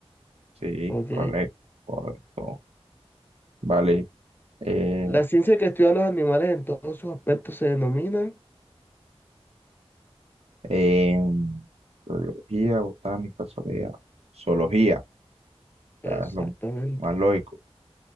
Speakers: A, on the right; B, on the left.
A: Sí,
B: ok.
A: correcto, correcto. Vale. eh,
B: La ciencia que estudia a los animales en todos sus aspectos se denomina.
A: en biología, botánica, zoología, zoología,
B: Exactamente.
A: o sea, es lo más lógico.